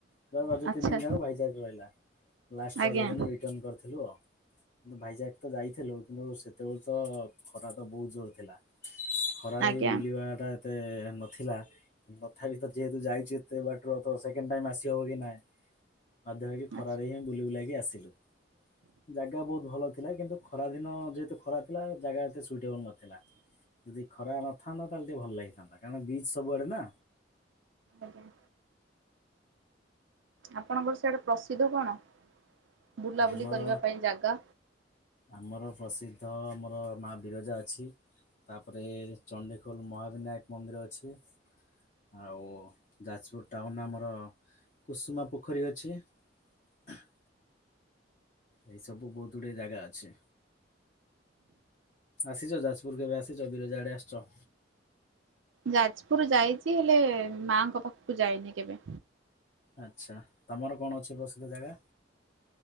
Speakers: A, on the left; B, on the right.
A: ପୁରା ରଜ
B: ଆଚ୍ଛା
A: ତିନି ଦିନ ଯାକ ଭାଇଜାକ ରହିଲା ଲାଷ୍ଟ
B: ଆଜ୍ଞା
A: ରଜ ଦିନ ରିଟର୍ଣ କରିଥିଲୁ ଆଉ। କିନ୍ତୁ ଭାଇଜାକ ତ ଯାଇଥିଲୁ କିନ୍ତୁ ସେତେବେଳେ ତ ଖରା ତ ବହୁତ ଜୋର ଥିଲା। ଖରାରେ
B: ଆଜ୍ଞା
A: ବି ବୁଲିବା ଟା ଏତେ ଏତେ ନଥିଲା ତଥାପି ତ ଯେହେତୁ ଯାଇଛି ଏତେ ବାଟ୍ର ତ ସେକେଣ୍ଡ ଟାଇମ୍ ଆସି ଶବ କି ନାଇଁ ବାଧ୍ୟମକି ଖରାରେ
B: ଆଚ୍ଛା।
A: ହିଁ ବୁଲି ବୁଲାଇକି ଆସିଲୁ। ଜାଗା ବହୁତ ଭଲ ଥିଲା କିନ୍ତୁ ଖରା ଦିନ ଯେହେତୁ ଖରା ଥିଲା ଜାଗା ଏତେ ସୁଇଟେବଲ ନଥିଲା। ଯଦି ଖରା ନଥାନ୍ତା ତାହେଲେ ଟିକେ ଭଲ ଲାଗିଥାନ୍ତା କାରଣ ବିଜ ସବୁଆଡେ ନା।
B: ଆଜ୍ଞା। ଆପଣଙ୍କର ସେଆଡା ପ୍ରସିଦ୍ଧ କଣ? ବୁଲାବୁଲି
A: ଆମର
B: କରିବା ପାଇଁ ଜାଗା?
A: ଆମର ପ୍ରସିଦ୍ଧ ମ ଆମର ମା ବିରଜା ଅଛି। ତାପରେ ଚଣ୍ଡିଖୋଲ ମହାବିନାୟକ ମନ୍ଦିର ଅଛି। ଆଉ ଯାଜପୁର ଟାଉନ ଆମର କୁସୁମା ପୋଖରୀ ଅଛି। <inaudible> ଏଇ ସବୁ ବହୁତ ଗୁଡିଏ ଜାଗା ଅଛି। ଆସିଛ ଯାଜପୁର କେବେ ଆସିଛ ବିରଜା ଆଡେ ଆସିଛ?
B: ଯାଜପୁର ଯାଇଛି ହେଲେ ମାଙ୍କ ପାଖକୁ ଯାଇନି କେବେ।
A: ଆଚ୍ଛା ତମର କଣ ଅଛି ପ୍ରସିଦ୍ଧ ଜାଗା?